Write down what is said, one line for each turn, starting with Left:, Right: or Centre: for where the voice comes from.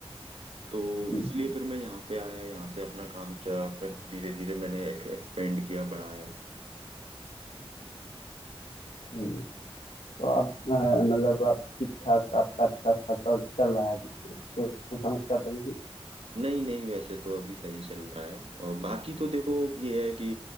Right: तो
Left: जी
Right: इसलिए फिर मैं यहाँ पे आया यहाँ से अपना काम च- फिर धीरे धीरे मैंने एक्सपेंड किया बढ़ाया
Left: जी तो अब अ, मतलब आप ठीक ठाक आपका अच्छा खासा चल रहा है बिजनेस कोई समस्या तो नहीं
Right: नहीं नहीं वैसे तो अभी सही चल रहा है और बाकी तो देखो ये है कि